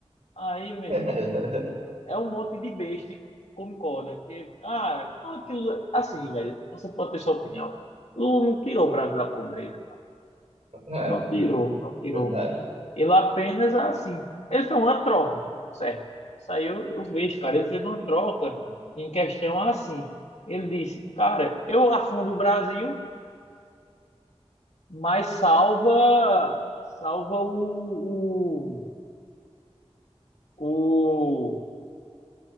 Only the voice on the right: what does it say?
<laughs>
É,
verdade.
É.